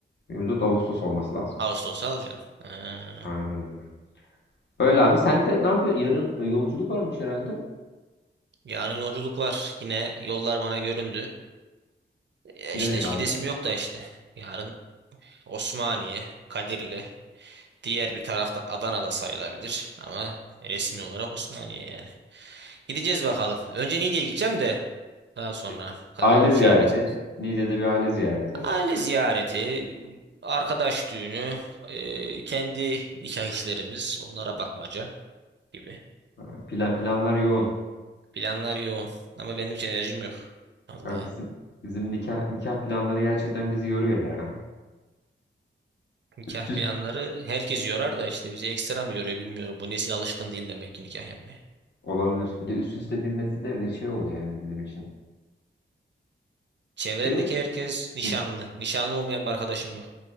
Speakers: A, on the left; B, on the right.
A: 24 Ağustos olması lazım.
B: Ağustos'a alacaksın. Ha.
A: Aynen öyle. Öyle abi sen de ne yapıyorsun? Yarın e, yolculuk varmış herhalde.
B: Yarın yolculuk var. Yine yollar bana göründü. E
A: Nereye
B: işte
A: abi?
B: gidesim yok da işte. Yarın Osmaniye, Kadirli. Diğer bir taraftan Adana'da sayılabilir. Ama resmi olarak Osmaniye yani. Gideceğiz bakalım. Önce Niğde'ye gideceğim de daha sonra
A: Şey,
B: Kadir
A: Aile ziyareti.
B: şeye geçeceğiz.
A: Niğde'de bir aile ziyareti.
B: Aile ziyareti, arkadaş düğünü, e, kendi nikah işlerimiz, onlara bakmaca gibi.
A: Ee, Plan, planlar yoğun.
B: Planlar yoğun ama benim hiç enerjim yok. Allah.
A: Ya bizim bizim nikah nikah planları gerçekten bizi yoruyor ya.
B: Nikah
A: Üst
B: planları
A: üste
B: herkes yorar da işte bizi ekstra mı yoruyor bilmiyorum. Bu nesil alışkın değil demek ki nikah yapmaya.
A: olabilir. Bir de üst üste binmesi de bir şey oluyor yani bizim için.
B: Çevremdeki
A: Şey ol-
B: herkes nişanlı.
A: Hı.
B: Nişanlı olmayan bir arkadaşım yok.